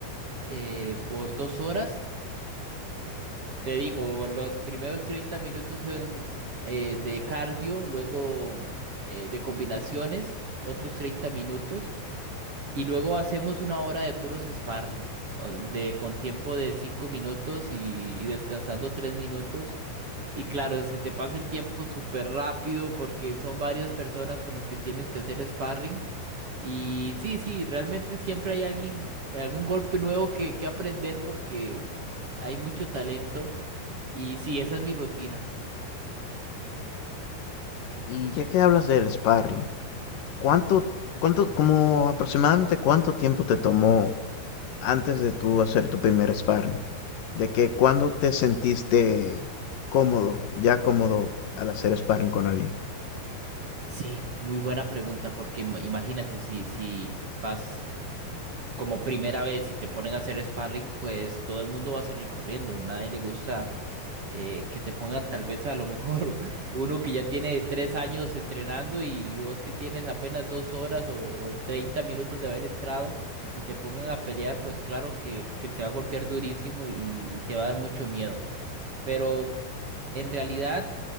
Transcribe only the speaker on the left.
Y ya que hablas del sparring, ¿Cuánto, cuánto, como aproximadamente cuánto tiempo te tomó antes de tú hacer tu primer sparring? ¿De que cuándo te sentiste cómodo, ya cómodo al hacer sparring con alguien?